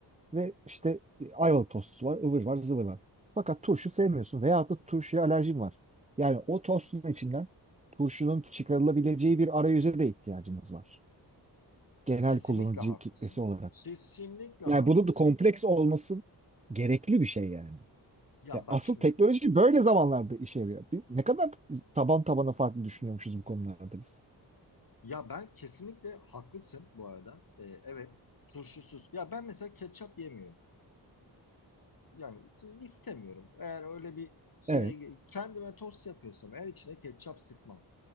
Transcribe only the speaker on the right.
ve işte e, ayvalık tostu var, ıvır var, zıvır var. Fakat turşu sevmiyorsun veyahut da turşuya alerjin var. Yani o tostun içinden turşunun çıkarılabileceği bir arayüze de ihtiyacımız var. Genel
kullanıcı
kitlesi olarak.
Yani bunun da kompleks olması gerekli bir şey yani.
Ya
asıl
teknoloji böyle zamanlarda işe yarıyor. Biz ne kadar taban tabana farklı düşünüyormuşuz bu konularda biz.
Evet,